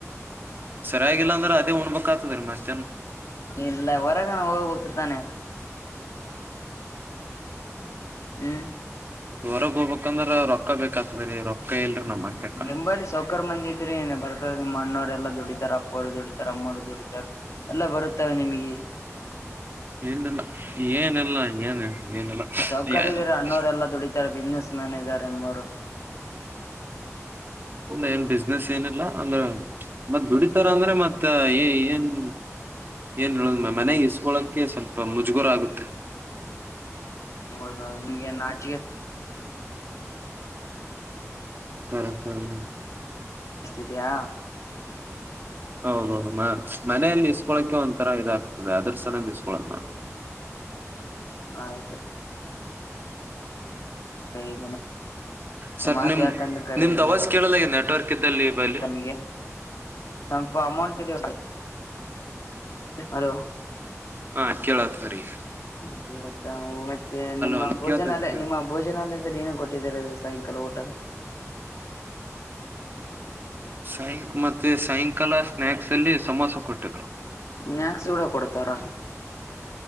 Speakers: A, on the right (about 40°); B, on the left (about 70°).
A: ಸರಿಯಾಗಿಲ್ಲ ಅಂದ್ರೆ ಅದೇ ಉಣ್ಬೇಕ್ ಆತದರಿ ಮತ್ತೆ
B: ಇಲ್ಲ ಉರಗಣ ಓ್ಬಕ್ ತಾನೆ ಹ್ಮ್
A: ಹೊರ ಹೋಗ್ಬೇಕಂದ್ರ ರೊಕ್ಕ ಬೇಕ್ ಆಕ್ತರಿ ರೊಕ್ಕ ಇಲ್ರಿ
B: ಹ್ಮ
A: ನಮ್ಮಂತಕ
B: ನಿಂಬಲ್ಲಿ ಸೌಕರ್ ಬಂದಿದ್ರಿ ಬರ್ತದ ನಿಮ್ಮ್ ಅಣ್ಣವರೆಲ್ಲಾ ದುಡಿತಾರಪ್ಪ ದುಡಿತ ಅಮ್ಮರು ದುಡ ಎಲ್ಲ ಬರುತ್ತವೆ ನಿಮಗೆ
A: ಏನಿಲ್ಲ ಏನಿಲ್ಲ ಏನ್ ಏನಿಲ್ಲ
B: ಸೌಕಾರಿ
A: ಇಲ್ಲ
B: ಇದೀರ ಅಣ್ಣವರೆ ಎಲ್ಲಾ ದುಡಿತಾರೆ ಬಿಸ್ನೆಸ್ ಮ್ಯಾನೇಜರ್ ರು
A: ಏನ್ ಬಿಸ್ನೆಸ್ ಏನಿಲ್ಲ ಅಂದ್ರೆ ಮತ್ತತ್ ದುಡಿತಾರ ಅಂದ್ರೆ ಮತ್ೆ ತ್ತ ಏ ಏನು ಏನ್ ಹೇಳದ ಮನೆ ಇಸ್ಕೊಳಕ ಸ್ವಲ್ಪ ಮುಜುಗುರ ಆಗುತ್ತೆ
B: ಹೌದು ನಿಮಗೆ ನಾಚಿಕೆ
A: ಹ ಹ ಹ್ಮ
B: ಜಾಸ್ತಿ ಇದೆಯಾ
A: ಹೌದೌದು ಮನೆಯಲ್ಲಿ ಇಸ್ಕೊಳಕೆ ಒಂಥರ ಇದಾಗ್ತದೆ ಅದ್ರ ಸಲ ಇಸ್ಕೊಳದ
B: ಆಯ್ತ ಸದನ
A: ಸ್ವಲ್ಪ
B: ಮಾತ್
A: ನಿಮ್
B: ಯಾಕಂದ ಕರೆ
A: ನಿಮ್ದ್
B: ಇದ್ದರಿ
A: ಅವಾಜ್ ಕೇಳಲ್ಲ ಈಗ ನೆಟ್ವರ್ಕ್ ಇದ್ದಲ್ಲಿ ಬಲ್ಲಿ
B: ತಮಗೆ ಸ್ವಲ್ಪ ಅಮೌಂಟ್ ಇದೆಗ ಅಲೋ
A: ಹಾ ಕೇಳತ್ವರಿೀ
B: ಹ ಕುತ್ತಾ ಮತ್ತೆ ನಿಮ್ಮ
A: ಹಲೋ
B: ಭೋಜನಲ್ಲ
A: ಕೇಳ್ತದೆ ಕೇಳ್ತ
B: ನಿಮ್ಮ ಭೋಜನಲ್ಲ್ರೆ ಏನು ಕೊಟ್ಟ ಟ್ಟ ಸಾಯಂಕಾಲ ಊಟ
A: ಸಾಯಂಕ ಮತ್ತೆ ಸಾಯಂಕಾಲ ಸ್ನಾಯಕ್ಸ್ ಅಲ್ಲಿ ಸಮೋಸ ಕೊಟ್ಟಿದ್ರು
B: ಸ್ನಾಯಕ್ಸ್ ಕೂಡ ಕೊಡ್ತಾರಾ